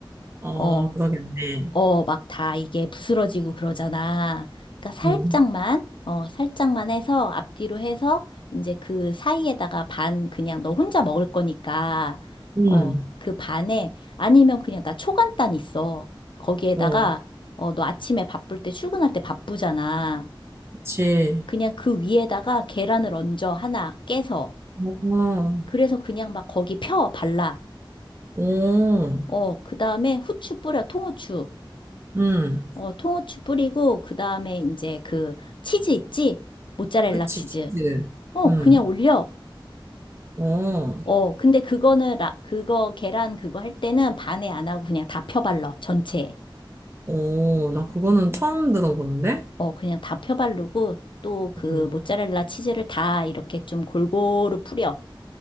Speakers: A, on the right; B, on the left.
A: 어,
B: 어,
A: 그러겠네.
B: 어, 막 다 이게 부스러지고 그러잖아. 그러니까 살짝만,
A: 음.
B: 어, 살짝만 해서 앞뒤로 해서 이제 그 사이에다가 반 그냥 너 혼자 먹을 거니까,
A: 음,
B: 어, 그 반에 아니면 그냥 나 초간단 있어. 거기에다가,
A: 어,
B: 어, 너 아침에 바쁠 때 출근할 때 바쁘잖아.
A: 그치.
B: 그냥 그 위에다가 계란을 얹어 하나 깨서.
A: 어,
B: 그래서 그냥 막 거기 펴 발라.
A: 어,
B: 어, 그 다음에 후추 뿌려, 통후추.
A: 음,
B: 어, 통후추 뿌리고, 그 다음에 이제 그 치즈 있지? 모짜렐라
A: 그치,
B: 치즈.
A: 치즈.
B: 어,
A: 음,
B: 그냥 올려.
A: 어,
B: 어, 근데 그거는, 라, 그거, 계란 그거 할 때는 반에 안 하고 그냥 다 펴발라, 전체에.
A: 어, 나 그거는 처음 들어보는데?
B: 어, 그냥 다 펴바르고, 또 그
A: 음,
B: 모짜렐라 치즈를 다 이렇게 좀 골고루 뿌려.